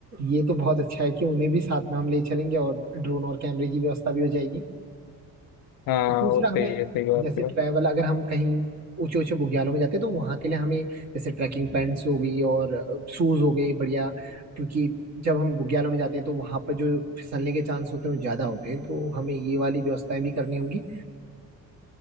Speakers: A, on the right; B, on the left.
A: ये तो बहुत अच्छा है कि उन्हें भी साथ में हम ले चलेंगे और ड्रोन और कैमरे की व्यवस्था भी हो जाएगी
B: हाँ
A: तो दूसरा
B: वो सही
A: हमें
B: है सही बात
A: जैसे
B: है
A: ट्रैवल अगर हम कहीं ऊंचे ऊंचे बुग्यालों में जाते हैं तो वहां के लिए हमें जैसे ट्रैकिंग पैंट्स हो गई और शूज हो गए बढ़िया क्योंकि जब हम बुग्यालों में जाते हैं तो वहां पर जो फिसलने के चांस होते हैं वो ज्यादा होते हैं तो हमें ये वाली व्यवस्थाएं भी करनी होंगी